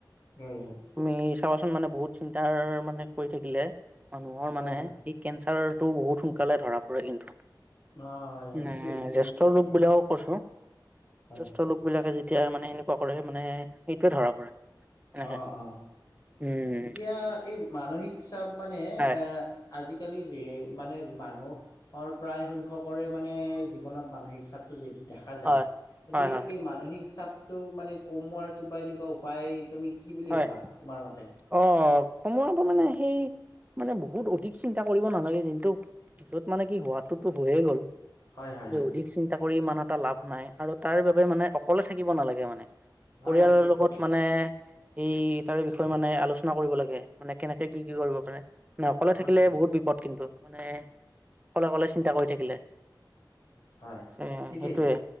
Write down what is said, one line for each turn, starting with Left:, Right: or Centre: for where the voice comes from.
Left: হয় হয়
Right: তুমি চাবাচোন মানে বহুত চিন্তাৰ মানে কৰি থাকিলে মানুহৰ
Left: হয়
Right: মানে
Left: হয়
Right: সেই কেঞ্চাৰতো বহুত সোনকালে ধৰা পৰে কিন্তু
Left: অ', হয়, হয়, ঠিকেই,
Right: নে
Left: ঠিকেই,
Right: জেষ্ঠ্য
Left: ঠিক কথা
Right: লোক
Left: কৈছা,
Right: বিলাকক কৈছো
Left: হয়,
Right: জ্যেষ্ঠ লোক বিলাকে যেত এতিয়া মানে সেনুকা কৰে মানে এইটোৱে ধৰা পৰে এনেকে
Left: অ অ
Right: উম
Left: এতিয়া এই মানসিক চাপ মানে
Right: হয়
Left: এ আজিকালি যিহে মানে মানুহৰ প্ৰায় সংখ্যকৰে মানে জীৱনত মানসিক চাপ তো' যিহেতু দেখা যায়
Right: হয়
Left: গতিকে
Right: হয় হয়
Left: এই মানসিক চাপ তোৰ মানে কমোৱাৰ কিবা এনেকুৱা উপায় তুমি কি বুলি
Right: হয়
Left: ভাবা তোমাৰ মতে?
Right: অ ', কমোৱাটো মানে সেই মানে বহুত অধিক চিন্তা কৰিব নালাগে কিন্তু য'ত মানে কি হোৱাটোতো হৈয়ে গ'ল
Left: হয়, হয়,
Right: ত'
Left: হয়,
Right: অধিক চিন্তা কৰি ইমান এটা লাভ নাই আৰু তাৰ বাবে মানে অকলে থাকিব নালাগে মানে
Left: হয়,
Right: পৰিয়ালৰ
Left: হয়, ঠিক
Right: লগত
Left: কৈছা,
Right: মানে এই তাৰে বিষয়ে মানে আলোচনা কৰিব লাগে মানে কেনেকে কি কি কৰিব পাৰে না অকলে
Left: হয়,
Right: থাকিলে
Left: হয়,
Right: বহুত বিপদ কিন্তু মানে অকলে-অকলে চিন্তা কৰি থাকিলে।
Left: হয়
Right: এ
Left: ঠিকেই
Right: সেইটোয়ে